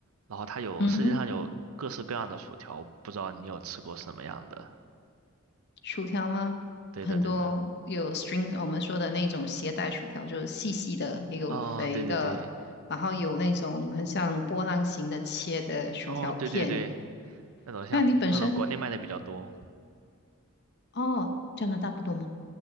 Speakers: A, on the right; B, on the left.
A: 然后它有世界上有各式各样的薯条，
B: 嗯哼。
A: 不知道你有吃过什么样的？
B: 薯条吗？
A: 对的，
B: 很多有
A: 对的。
B: string，我们说的那种携带薯条，就是细细的，也有肥的，
A: 哦，对对对，
B: 然后有那种很像波浪形的切的薯条片。
A: 哦，对对对，那种像那种国内卖的比较多。
B: 那你本身，哦，加拿大不多吗？